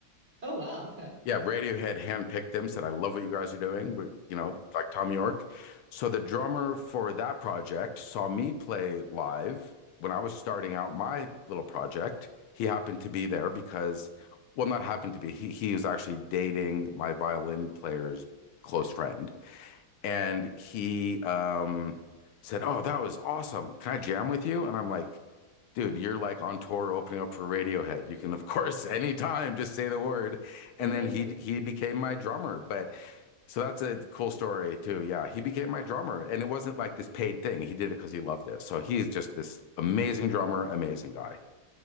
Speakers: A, on the right; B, on the left.
A: Oh wow, okay.
B: yeah, Radiohead handpicked them, said, I love what you guys are doing. We, you know, like Tom York. So the drummer for that project saw me play live when I was starting out my little project. He happened to be there because, well, not happened to be, he, he was actually dating my violin player's close friend and he um said, "Oh, that was awesome. Can I jam with you?" And I'm like, "Dude, you're like on tour opening up for Radiohead. You can of <laughs> course anytime just say the word." And
A: <laughs>
B: then he he became my drummer, but so that's a cool story too. Yeah, he became my drummer and it wasn't like this paid thing. He did it because he loved it. So he is just this amazing drummer, amazing guy.